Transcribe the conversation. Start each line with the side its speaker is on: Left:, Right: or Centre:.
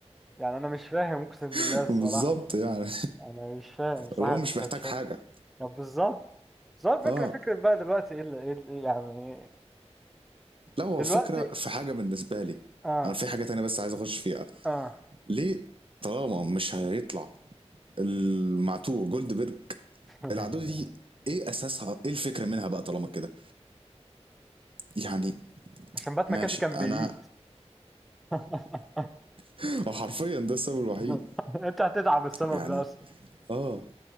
Centre: يعني أنا مش فاهم أقسم
Right: <laughs>
Centre: بالله الصراحة
Right: بالظبط يعني <laughs>
Centre: أنا مش فاهم صح
Right: اللي هو
Centre: بتتشال
Right: مش محتاج حاجه
Centre: طب بالظبط بالظبط
Right: اه
Centre: فكرة فكرة بقى دلوقتي إيه اللي إيه اللي- يعني
Right: لا هو
Centre: دلوقتي
Right: فكرة في حاجة بالنسبة لي
Centre: آه
Right: أنا في حاجة تانية بس عايز أخش فيها
Centre: آه
Right: ليه طالما مش هيطلع المعتوه جولدبرج
Centre: <laughs>
Right: العدوة دي إيه أساسها إيه الفكرة منها بقى طالما كده يعني
Centre: عشان بات
Right: ماشي
Centre: مكافي كان
Right: أنا
Centre: بييت <laughs>
Right: <laughs> حرفيا ده السبب الوحيد
Centre: <laughs> انت هتدعم السبب
Right: يعني
Centre: ده اصلا
Right: آه